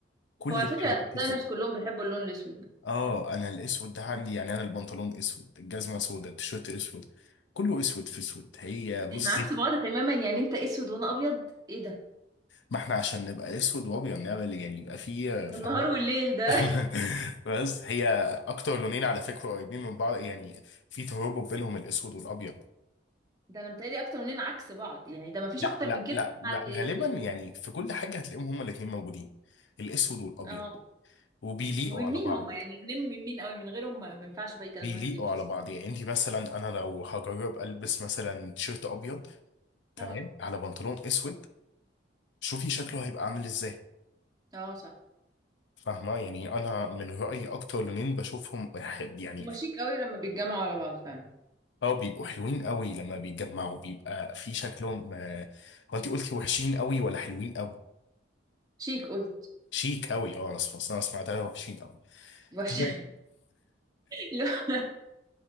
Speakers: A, on the left; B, on the right.
A: كل
B: هو على
A: التيشيرتات
B: فكره الديزاينرز
A: اسود
B: كلهم بيحبوا اللون الاسود ده.
A: اه انا الاسود ده عندي يعني انا البنطلون اسود الجزمه سودا التيشيرت اسود كله اسود في اسود هي بصي
B: احنا عكس بعض تماما يعني انت اسود وانا ابيض ايه ده
A: ما احنا عشان نبقى اسود وابيض نعمل يعني يبقى فيه فاهم
B: ده النهار والليل ده
A: <laughs>
B: <laughs>
A: بس هي اكتر لونين على فكره قريبين من بعض يعني في ترابط بينهم الاسود والابيض
B: ده انا متهيألي اكتر مننا عكس بعض يعني ده ما فيش
A: لا
B: اكتر
A: لا
B: من كده
A: لا لا
B: على ال-
A: غالبا يعني في كل حاجه هتلاقيهم هما الاثنين موجودين الاسود والابيض
B: اه
A: وبيليقوا
B: مهمين
A: على بعض
B: هم يعني اللونين مهمين قوي من غيرهم ما ما ينفعش بقيه الالوان
A: بيليقوا
B: تمشي
A: على
B: صح
A: بعض يعني انت مثلا انا لو هجرب البس مثلا تيشيرت ابيض تمام
B: اه
A: على بنطلون اسود شوفي شكله هيبقى عامل ازاي
B: اه صح
A: فاهمه يعني انا من رايي اكتر لونين بشوفهم ح- يعني
B: هما شيك قوي لما بيتجمعوا على بعض فعلا
A: اه بيبقوا حلوين قوي لما بيتجمعوا بيبقى في شكلهم آه، هو انت قلتي وحشين قوي ولا حلوين قوي
B: شيك قلت
A: شيك قوي اه انا سمعت انا سمعتها وحشين قوي
B: وحش
A: تمام
B: <laughs> لو-